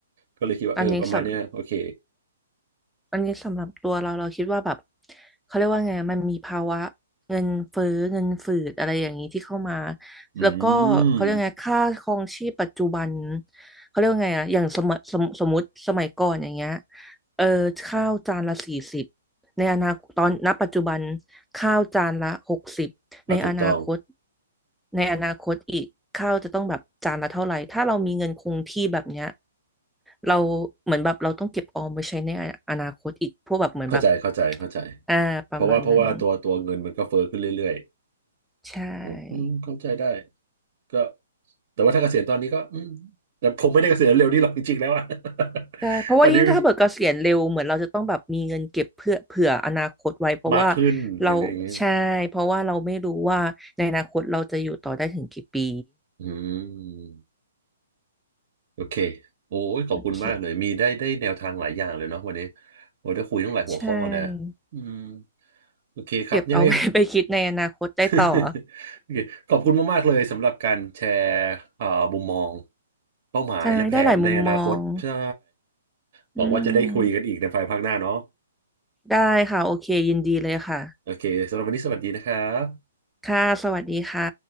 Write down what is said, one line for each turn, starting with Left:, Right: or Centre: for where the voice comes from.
Right: ก็เลยคิดว่าเออประมาณเนี้ยโอเค
Centre: อันนี้สำ อันนี้สำหรับตัวเราเราคิดว่าแบบเขาเรียกว่าไงมันมีภาวะเงินเฟ้อเงินฝืดอะไรอย่างนี้ที่เข้ามา
Right: อืม
Centre: แล้วก็เขาเรียกไงค่าครองชีพปัจจุบันเขาเรียกว่าไงอะอย่างสมสมสมมติสมัยก่อนอย่างเงี้ยเออข้าวจานละสี่สิบในอนาคตตอนณปัจจุบันข้าวจานละหกสิบในอนาคต
Right: อ่ะถูกต้อง
Centre: ในอนาคตอีกข้าวจะต้องแบบจานละเท่าไหร่ถ้าเรามีเงินคงที่แบบเนี้ย เราเหมือนแบบเราต้องเก็บออมไว้ใช้ในออนาคตอีกพวกแบบเหมือนแบบ
Right: เข้าใจเข้าใจเข้าใจ
Centre: อ่าประมาณนั้น
Right: เพราะว่าเพราะว่าตัวตัวเงินมันก็เฟ้อขึ้นเรื่อย
Centre: ใช่
Right: ๆอืมเข้าใจได้ก็ แต่ว่าถ้าเกษียณตอนนี้ก็อืมแต่ผมไม่ได้เกษียณเร็วนี่หรอกจริงๆแล้วอะ <laughs>
Centre: ใช่เพราะว่ายิ่งถ้าเบิกเกษียณเร็วเหมือนเราจะต้องแบบมีเงินเก็บเพื่อเผื่ออนาคตไว้เพราะว่า
Right: อันนี้มากขึ้นอะไรอย่างเงี้ย
Centre: เราใช่เพราะว่าเราไม่รู้ว่าในอนาคตเราจะอยู่ต่อได้ถึงกี่ปี
Right: อืมโอเคโอ้ยขอบคุณมากเลยมีได้ได้แนวทางหลายอย่างเลยเนาะวันนี้
Centre: โอเค
Right: โอ้ยได้คุยตั้งหลายหัวข้อนะ
Centre: ใช่
Right: อืมโอเคครับยังไง
Centre: เก็บเอาไว้ <laughs> ไปคิดในอนาคตได้ต่อ
Right: <laughs> โอเคขอบคุณมากๆเลยสำหรับการแชร์เอ่อมุมมองเป้าหมายและแผนในอนาคตใช่
Centre: ใช่ได้หลายมุมมอง
Right: หวังว่าจะได้คุยกันอีกในภายภาคหน้าเนาะ
Centre: อืมได้ค่ะโอเคยินดีเลยค่ะ
Right: โอเคสำหรับวันนี้สวัสดีนะครับ
Centre: ค่ะสวัสดีค่ะ